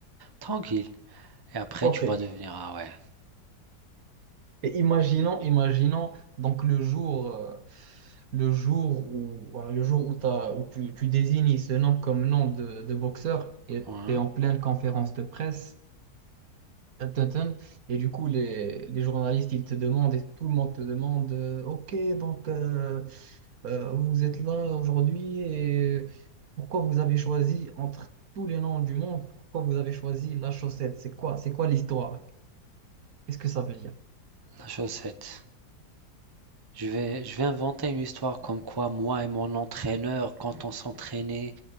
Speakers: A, on the right (about 20°); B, on the right (about 60°).
A: tranquille. Et après
B: OK.
A: tu vas devenir ah ouais,
B: Et imaginons, imaginons donc le jour euh, le jour où voilà, le jour où, t'as- où tu, tu désignes ce nom comme nom de, de boxeur et
A: ouais,
B: tu es en pleine conférence de presse Dun, Et du coup, les, les journalistes, ils te demandent et tout le monde te demande, euh, OK, donc euh, euh, vous êtes là aujourd'hui et pourquoi vous avez choisi entre tous les noms du monde, pourquoi vous avez choisi la chaussette? C'est quoi, c'est quoi l'histoire? Qu'est-ce que ça veut dire?
A: la chaussette. Je vais, je vais inventer une histoire comme quoi moi et mon entraîneur, quand on s'entraînait,